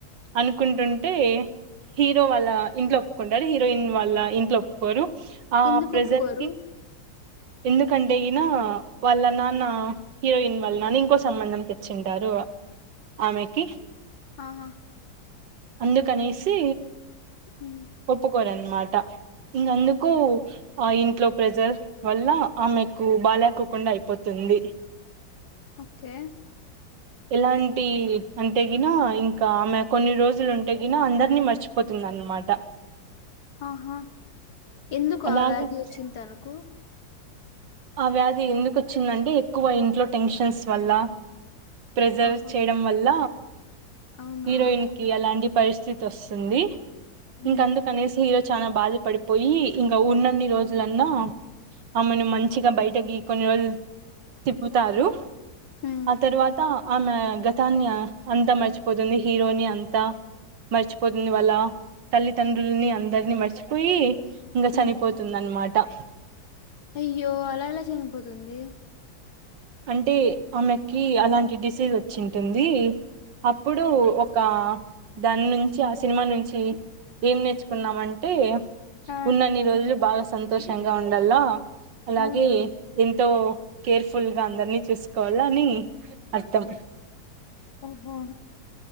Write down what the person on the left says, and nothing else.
ఎందుకు
ఒప్పుకోరు
ఆహా
ఉమ్,
ఓకే
ఆహా ఎందుకు
ఆ వ్యాధి వచ్చింది తనకు
ఓహో
అవునా
హ్మ్
హ్మ్
హ్మ్
అయ్యో అలా ఎలా చనిపోతుంది
ఆ
అవునా
హ్మ్ హు